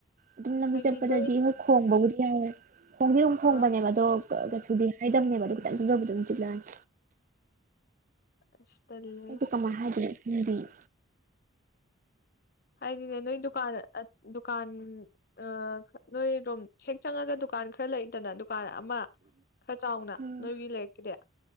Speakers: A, on the right (about 40°); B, on the left (about 50°).
A: ꯑꯗꯨꯝ ꯂꯝꯕꯤ
B: ꯍꯥꯏꯗꯤ
A: ꯆꯠꯄꯗꯗꯤ
B: ꯅꯣꯏ
A: ꯍꯣꯏ ꯈꯣꯡꯕꯕꯨꯗꯤ ꯌꯥꯎꯋꯦ ꯈꯣꯡꯗꯤ ꯑꯗꯨꯝ ꯈꯣꯡꯕꯅꯦꯕ
B: ꯑꯥ
A: ꯑꯗꯣ ꯀꯩꯁꯨꯗꯤ ꯍꯥꯏꯗꯅꯤꯕ ꯑꯗꯣ ꯈꯤꯇꯡ ꯆꯡꯁꯤꯂꯨꯕꯗ ꯑꯗꯨꯝ ꯆꯤꯛꯂꯛꯑꯅꯤ
B: ꯑꯁ ꯇꯜꯂꯦ
A: ꯑꯩꯗꯣ ꯀꯃꯥꯏ ꯍꯥꯏꯗꯣꯏꯅꯣ ꯈꯪꯗꯤꯌꯦ
B: ꯍꯥꯏꯗꯤꯅꯦ ꯅꯣꯏ ꯗꯨꯀꯥꯟ ꯑ ꯗꯨꯀꯥꯟ ꯑ ꯅꯣꯏ ꯔꯣꯝ ꯍꯦꯛ ꯆꯪꯉꯒ ꯗꯨꯀꯥꯟ ꯈꯔ ꯂꯩꯗꯅ ꯑꯗꯨ ꯗꯨꯀꯥꯟ ꯑꯃ ꯈꯔ ꯆꯥꯎꯅ
A: ꯎꯝ
B: ꯅꯣꯏꯒꯤ ꯂꯩꯔꯛꯀꯤꯗꯤ